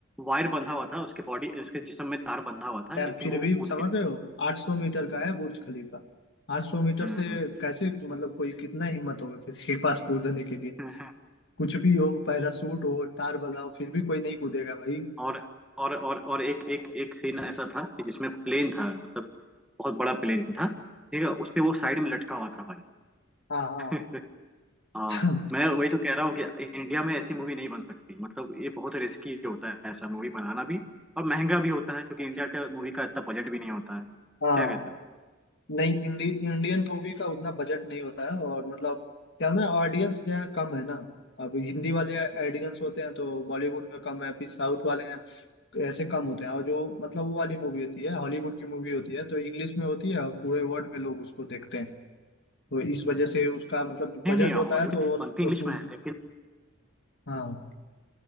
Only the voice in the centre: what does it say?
वायर बंधा हुआ था उसके बॉडी उसके जिस्म में तार बंधा हुआ था
लेकिन
वो
कूद
गया
था।
हम्म
हम्म <laughs> था
और और और और एक एक एक सीन ऐसा था कि जिसमें प्लेन था मतलब बहुत बड़ा प्लेन था ठीक है उस पे वो साइड में लटका हुआ था भाई
<laughs> हाँ
मैं वही तो कह रहा हूँ कि इंडिया में ऐसी मूवी नहीं बन सकती मतलब ये बहुत रिस्की होता है ऐसा मूवी बनाना भी और महंगा भी होता है क्योंकि इंडिया का मूवी का इतना बजट भी नहीं होता है
क्या कहते हो
नहीं
नहीं
हॉलीवुड
बनती इंग्लिश
में है लेकिन